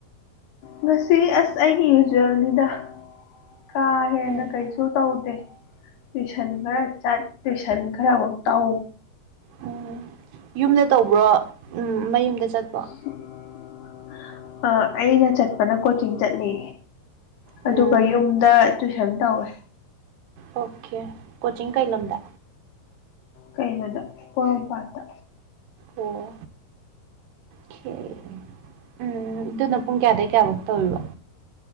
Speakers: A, on the left; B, on the right.
A: ꯉꯁꯤ ꯑꯁ ꯑꯩꯒꯤ ꯌꯨꯖ꯭ꯋꯦꯜꯅꯤꯗ ꯀꯥ ꯍꯦꯟꯅ
B: ꯎꯝ
A: ꯀꯩꯁꯨ ꯇꯧꯗꯦ ꯇꯨꯢꯁꯟ ꯈꯔ ꯆꯠ ꯇꯨꯢꯁꯟ ꯈꯔ ꯃꯨꯛ ꯇꯧ
B: ꯎꯝ ꯌꯨꯝꯗ ꯇꯧꯕ꯭ꯔꯣ ꯎꯝ ꯃꯌꯨꯝꯗ ꯆꯠꯄ꯭ꯔꯣ
A: <inaudible> ꯑ ꯑꯩꯅ ꯆꯠꯄꯅ ꯀꯣꯆꯤꯡ ꯆꯠꯂꯦ
B: ꯎꯝ
A: ꯑꯗꯨꯒ ꯌꯨꯝꯗ ꯇꯨꯏꯁꯟ ꯇꯧꯋꯦ
B: ꯑꯣꯀꯦ ꯀꯣꯆꯤꯡ ꯀꯩ ꯂꯝꯗ
A: ꯀꯩꯅꯣꯗ ꯄꯣꯔꯣꯝꯄꯥꯠꯇ
B: ꯑꯣ ꯀꯦ ꯎꯝ ꯑꯗꯨꯅ ꯄꯨꯡ ꯀꯌꯥꯗꯩ ꯀꯌꯥꯕꯨꯛ ꯇꯧꯢꯕ